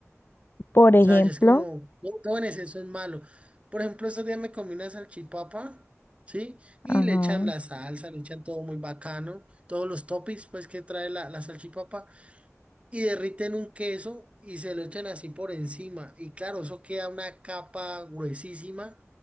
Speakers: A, on the left (about 45°); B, on the right (about 25°).
A: Por ejemplo,
B: O sea, ya es como, no, todo en exceso es malo. Por ejemplo, estos días me comí una salchipapa, ¿sí? Y
A: ajá.
B: le echan la salsa, le echan todo muy bacano, todos los toppings pues que trae la, la salchipapa. y derriten un queso y se lo echan así por encima. Y claro, eso queda una capa gruesísima.